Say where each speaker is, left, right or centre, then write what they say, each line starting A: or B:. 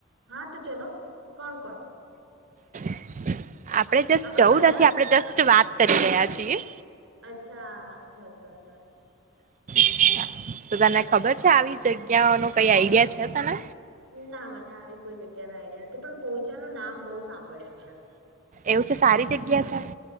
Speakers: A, on the right (about 75°); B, on the right (about 40°).
A: હા તો ચલો. કોણ કોણ?
B: <inaudible> આપણે જસ્ટ
A: આપડે
B: જવું
A: બધા
B: નથી આપણે જસ્ટ વાત કરી રહ્યા છિએ.
A: અચ્છા, અચ્છા અચ્છા અચ્છા.
B: <inaudible> તો તને
A: અચ્છા
B: ખબર છે, આવી જગ્ય ત્યાં <unintelligible> આઈડિયા છે, તને
A: ના મને આવી કોઈ જગ્યા <unintelligible> આઈડિયા નથી પણ પોહોંચવાનું નામ બહુ સાંભળ્યું છે.
B: એવું છે, સારી રી <inaudible>